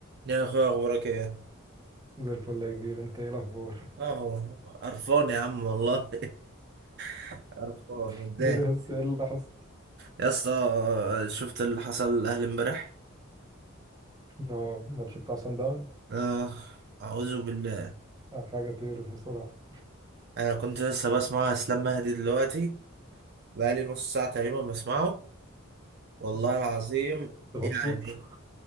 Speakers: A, on the right; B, on the right.
A: يا اخويا اخبارك ايه
B: زي الفل يا كبير انت ايه الاخبار
A: اه قرفان يا عم والله <laughs> قرفان
B: <laughs>
A: متضايق
B: ليه بس ايه اللي حصل
A: يا اسطى شفت اللي حصل الاهلي امبارح
B: اه الماتش بتاع سان داون
A: اه اعوذ بالله
B: اه، حاجه تقرف بصراحه
A: انا كنت لسه بسمع اسلام مهدي دلوقتي بقالي نص ساعه تقريبا بسمعه والله العظيم
B: انت مبسوط
A: يعني